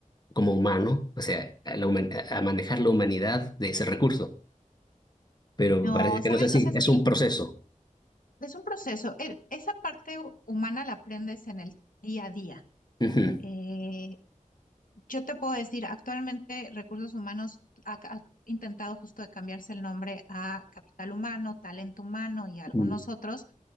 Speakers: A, on the left (about 30°); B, on the left (about 75°).
A: como humano, o sea, a, la human- a manejar la humanidad de ese recurso, pero
B: No,
A: parece que
B: sabes,
A: no es así,
B: o sea, sí,
A: es un proceso.
B: es un proceso. El- esa parte hu- humana la aprendes en el día a día.
A: Ujú,
B: eh, Yo te puedo decir, actualmente Recursos Humanos ha, ca- ha intentado justo de cambiarse el nombre a Capital Humano, Talento Humano y algunos
A: mm,
B: otros.